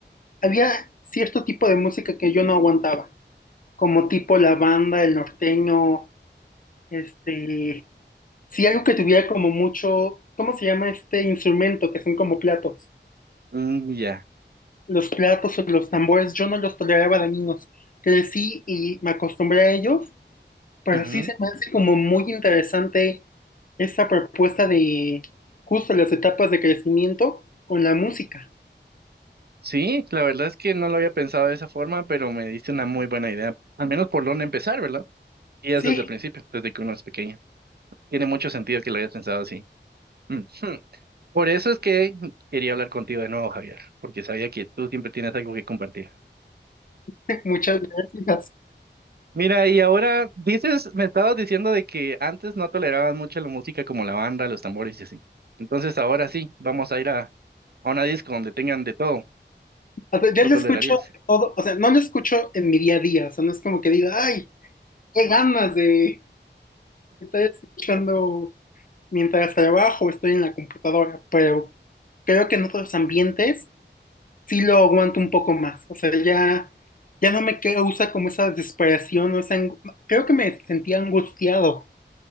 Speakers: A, on the left; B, on the right.
A: había cierto tipo de música que yo no aguantaba, como tipo la banda, el norteño, este, sí algo que tuviera como mucho, ¿cómo se llama este instrumento que son como platos?
B: Mm, ya.
A: Los platos o los tambores, yo no los toleraba de niños. Crecí y me acostumbré a ellos Pero
B: Ujú.
A: sí se me hace como muy interesante esa propuesta de justo las etapas de crecimiento con la música.
B: Sí, la verdad es que no lo había pensado de esa forma, pero me diste una muy buena idea. Al menos por dónde empezar, ¿verdad? Y es
A: Sí,
B: desde el principio, desde que uno es pequeño. Tiene mucho sentido que lo hayas pensado así. Ujú. Por eso es que quería hablar contigo de nuevo, Javier, porque sabía que tú siempre tienes algo que compartir.
A: <laughs> muchas gracias.
B: Mira, y ahora dices, me estabas diciendo de que antes no tolerabas mucho la música como la banda, los tambores y así. Entonces ahora sí, vamos a ir a, a una disco donde tengan de todo.
A: O sea, yo
B: ¿Lo
A: lo
B: tolerarías?
A: escucho todo, o sea, no lo escucho en mi día a día, o sea, no es como que diga, ay, qué ganas de estar escuchando mientras trabajo, estoy en la computadora, pero creo que en otros ambientes sí lo aguanto un poco más, o sea, ya, ya no me causa como esa desesperación o esa, ang- creo que me sentía angustiado